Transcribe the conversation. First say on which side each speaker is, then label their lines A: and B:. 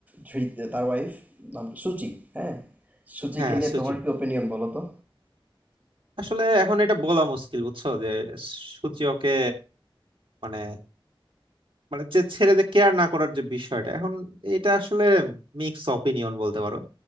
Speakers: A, on the right (about 20°); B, on the right (about 65°).
A: ধৃত তার ওয়াইফ নাম সুচি হ্যাঁ সুচিকে
B: হ্যাঁ
A: নিয়ে
B: সুচি
A: তোমার কি ওপিনিয়ন বলো তো
B: আসলে এখন এটা বলা মুশকিল বুঝছো যে সুচি ওকে মানে মানে যে ছেড়ে যে কেয়ার না করার যে বিষয়টা এখন এটা আসলে মিক্স অপিনিয়ন বলতে পারো